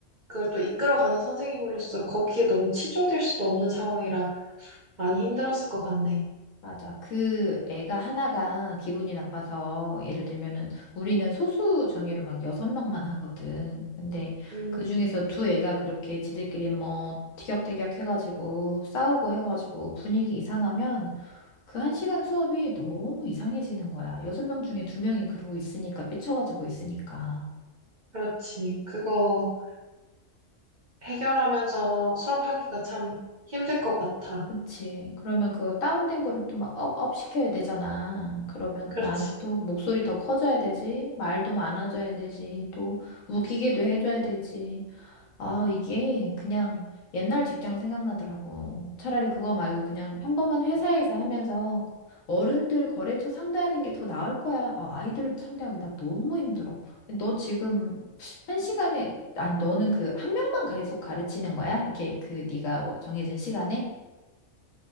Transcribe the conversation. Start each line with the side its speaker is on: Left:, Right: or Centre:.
Right: 그걸 또 이끌어가는 선생님으로서 거기에 너무 치중될 수도 없는 상황이라 많이 힘들었을 것 같네.
Left: 맞아. 그 애가 하나가 기분이 나빠서 예를 들면은 우리는 소수 정예로 막 여섯 명만 하거든. 근데
Right: 음,
Left: 그 중에서 두 애가 그렇게 지들끼리 뭐 티격태격 해가지고 싸우고 해가지고 분위기 이상하면 그 한 시간 수업이 너무 이상해지는 거야. 여섯 명 중에 두 명이 그러고 있으니까, 삐쳐가지고 있으니까.
Right: 그렇지. 그거 해결하면서 수업하기가 참 힘들 것 같아.
Left: 그치. 그러면 그 다운된 거를 또 막 업업 시켜야 되잖아. 그러면
Right: 그렇지.
Left: 난 또 목소리 더 커져야 되지. 말도 많아져야 되지. 또 웃기게도 해줘야 되지. 아, 이게 그냥 옛날 직장 생각나더라고. 차라리 그거 말고 그냥 평범한 회사에서 하면서 어른들 거래처 상대하는 게 더 나을 거야. 아, 아이들 상대하기 나 너무 힘들어. 근데 너 지금 한 시간에, 아니, 너는 그 한 명만 계속 가르치는 거야? 이렇게 그 네가 어, 정해진 시간에?